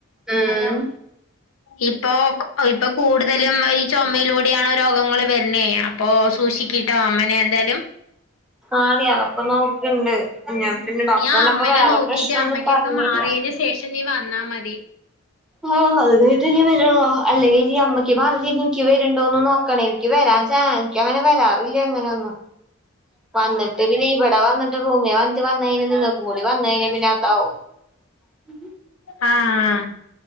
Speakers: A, in the centre; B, on the left.
A: ആം
B: ഇപ്പൊ ഇപ്പൊ കൂടുതലും ഈ ചുമയിലൂടെണ രോഗങ്ങള്ൾ വരുന്ന അപ്പോൊ സൂക്ഷിക്കിട്ടോ അമ്മനെ എന്തായാലും
A: ആണ അതൊക്കൊന്ന ഞാ പിന്നെ ഡോക്ടപ്പ
B: നീ ആ അമ്മനെ
A: വേറെ
B: നോക്കീട്ട്
A: പ്രശ്നന്നും
B: അമ്മയ്ക്കൊക്കെ
A: പറഞ്ഞ
B: മാറിയതിന് ശേഷം നീ വന്നാ മതി
A: ആ അത് ക വരുള്ള അല്ല അമ്മയ്ക്ക് പറ എനിക്ക് വരുണ്ടോന്ന് നോക്കണ എനിക്ക് വരാ എനിക്ക അങ്ങനെ വരാറില്ലേ എങ്ങനെയ ഒന്നും വന്നിട്ട് പിന്നെ ഇവിടെ വന്നിട്ട് ഭൂമിയെ വന്ന വന്ന ക നിങ്ങൾക്ക്ും കൂടി വന്ന പിന്നെ അതാവും ഉ
B: ആഹ